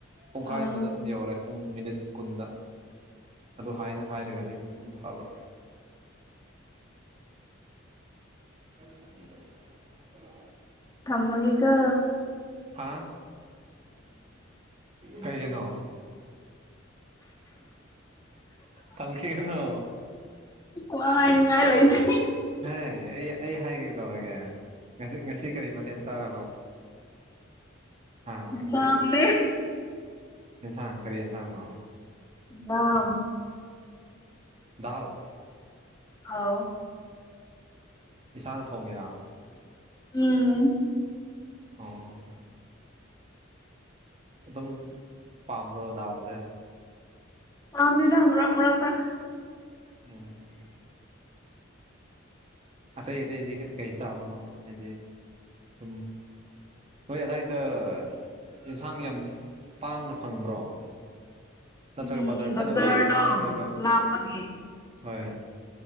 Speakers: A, on the right; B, on the left.
A: ꯄꯨꯡꯈꯥꯏ
B: ꯑꯥ
A: ꯑꯃꯗ ꯑꯗꯨꯝ ꯌꯧꯔꯦ ꯄꯨꯡ ꯃꯤꯅꯤꯠ ꯀꯨꯟꯗ ꯑꯗꯨ ꯍꯥꯏꯅ ꯍꯥꯏꯔꯒꯗꯤ ꯎꯝ ꯐꯕ ꯍ
B: ꯊꯃꯒꯒ
A: ꯍꯥ ꯀꯔꯤꯒꯤꯅꯣ ꯊꯪꯁꯤꯒꯅ
B: ꯍꯥꯏꯅꯤꯡꯉꯥꯏ ꯂꯩꯇꯦ
A: ꯍ ꯑꯩ ꯑꯩ ꯍꯥꯏꯒꯦ ꯇꯧꯔꯒꯦ ꯉꯁꯤ ꯉꯁꯤ ꯀꯔꯤ ꯃꯊꯦꯜ ꯆꯥꯔꯕ ꯍꯥꯥ
B: ꯗꯥꯝꯅꯦ
A: ꯏꯟꯁꯥꯡ ꯀꯔꯤ ꯏꯟꯁꯥꯡ ꯃꯥ
B: ꯑ
A: ꯗꯥꯎ
B: ꯑꯥꯎ
A: ꯏꯁꯥꯅ ꯊꯣꯡꯉꯤꯔꯥ
B: ꯎꯝ
A: ꯑꯣ ꯑꯗꯨꯝ ꯄꯥꯝꯕ꯭ꯔꯣ ꯗꯥꯜꯁꯦ
B: ꯑꯝꯅꯤꯗ ꯍꯔ ꯍꯔꯥ ꯊ
A: ꯎꯝ ꯑꯇꯩ ꯑꯇꯩꯗꯤ ꯀ ꯀꯩ ꯆꯥꯕꯅꯣ ꯍꯥꯏꯗꯤ ꯑꯗꯨꯝ ꯍꯣꯏ ꯑꯗꯥꯏꯗ ꯌꯦꯟꯁꯥꯡ ꯌꯥꯝ ꯇꯥꯡꯅ ꯐꯪꯕ꯭ꯔꯣ ꯅꯠꯇ꯭ꯔꯒ
B: ꯎꯝ
A: ꯕꯖꯥꯔ
B: ꯕꯖꯥꯔꯗꯣ
A: ꯆꯠꯂ ꯂꯩꯔꯤꯔ ꯅꯠꯇ꯭ꯔꯒ
B: ꯂꯥꯞꯄꯒꯤ
A: ꯍꯣꯏ